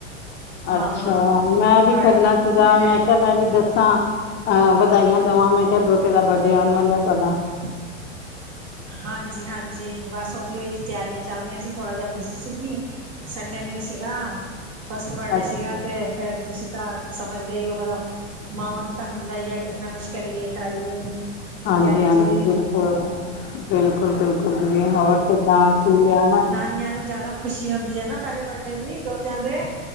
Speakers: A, on the right; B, on the left.
A: ਹਾਂ
B: ਅੱਛਾ, ਮੈਂ
A: ਬਟ
B: ਵੀ ਕਰਨਾ ਸੀਗਾ।
A: ਮੇਰੇ
B: ਮੈਂ ਕੇਯਾ ਮੈਵੀ ਦੱਸਾਂ ਅ ਵਧਾਈਆਂ ਦਵਾਂ ਮੈਂ ਕੇਯਾ ਦੋਤੇ ਦਾ ਬਡੇ ਆਉਣ ਵਾਲਾ ਤੁਆਡਾ।
A: <inaudible> ਹਾਂਜੀ-ਹਾਂਜੀ, ਬਸ ਓਦੀਯੋ ਤਿਆਰੀਆਂ ਚੱਲ ਰਈਆਂ ਸੀ, ਥੋੜਾ ਜਾ ਬੀਜ਼ੀ ਸੀਗੀ। ਸੰਡੇ ਨੂੰ ਈ ਸੀਗਾ, ਫਸਟ ਬਰਡੇ
B: ਅੱਛਾ
A: ਸੀਗਾ। ਤੇ ਫੇਰ, ਤੁਸੀਂ ਤਾਂ ਸਮਝਦੇ ਈਓ ਮਤਲਬ ਮਾਵਾਂ ਨੂੰ ਤਾਂ ਹੁੰਦਾ ਹੀਐ, ਕੁਛ ਨਾ ਕੁਛ ਕਰੀਏ ਕਰਾਈਏ।
B: ਹਾਂਜੀ-ਹਾਂਜੀ,
A: ਤਿਆਰੀ ਤੂਰੀ
B: ਬਿਲਕੁਲ, ਬਿਲਕੁਲ-ਬਿਲਕੁਲ ਜੀ ਹੋਰ ਕਿੱਦਾਂ ਕੀ ਲਿਆਣਾ?
A: ਨੀਆਂ ਨੂੰ ਜਾਦਾ ਖੁਸ਼ੀ ਹੁੰਦੀ ਐਨਾ ਪੈਲੇ ਬਰਡੇ ਦੀ, ਦੋਤਿਆਂ ਦੇ।